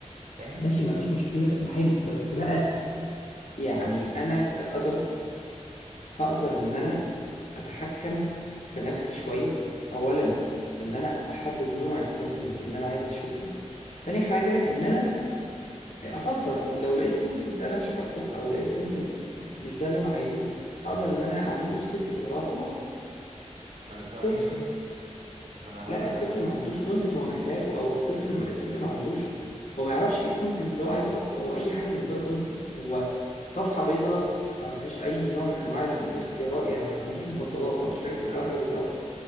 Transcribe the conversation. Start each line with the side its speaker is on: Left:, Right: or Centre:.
Right: فاهم
Left: ماشي مفيش مشكله ما حلو بس بقى يعني انا كأدلت هقدر ان انا اتحكم في نفسي شويه اولا في ان انا احدد نوع الكونتنت اللي انا عايز اشوفه تاني حاجه ان انا افلتر لو لقيت كونتنت انا مش حابه او لقيت كونتنت مش ده اللي انا عايزه اقدر ان انا اعمل له سكيب بسرعه وخلاص
Right: ما انت ممكن
Left: طفل
Right: ما انا
Left: لا
Right: هقولك
Left: الطفل
Right: على حاجة
Left: ما عندوش كونتنت هو محتاجه او الطفل الطفل ما عندوش هو ما يعرفش ايه الكونتنت اللي هو عايزه اصلا هو اي حاجه بالنسبه له كونتنت هو صفحه بيضاء ما فيهاش اي نوع من انواع الاختيارات يعني ما ما عندوش مفضلات ما عندوش حاجه بيحبها
Right: فاهمك
Left: وحاجه بيكرهها
Right: فاهم